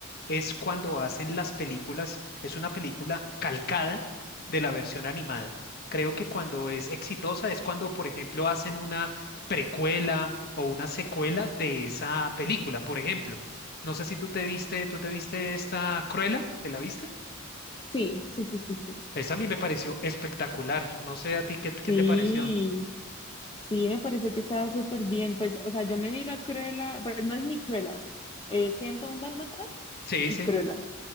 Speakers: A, on the left (about 45°); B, on the left (about 25°).
A: es cuando hacen las películas, es una película calcada de la versión animada. Creo que cuando es exitosa es cuando, por ejemplo, hacen una precuela o una secuela de esa película, por ejemplo. No sé si tú te viste, tú te viste esta Cruella, ¿te la viste?
B: Sí, sí, sí, sí, sí.
A: Esa a mí me pareció espectacular. No sé a ti qué, qué
B: Sí.
A: te pareció.
B: Sí, me pareció que estaba súper bien. Pues, o sea, yo me vi la Cruella, pues no es ni Cruella, es 101 Dálmatas
A: Sí,
B: y
A: sí.
B: Cruella.